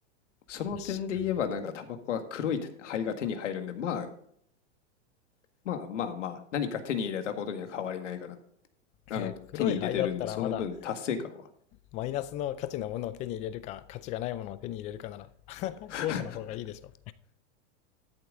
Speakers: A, on the left; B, on the left.
A: その点で言えばなんかタバコは黒い灰が手に入るんで、
B: 確かに。
A: まあまあまあまあ、何か手に入れたことには変わりないかな。あの、
B: えー黒い灰だったらまだ
A: 手に入れてるんで、その分達成感は。
B: マイナスの価値のものを手に入れるか、価値がないものを手に入れるかなら、<laughs>
A: <laughs>
B: 後者の方がいいでしょ。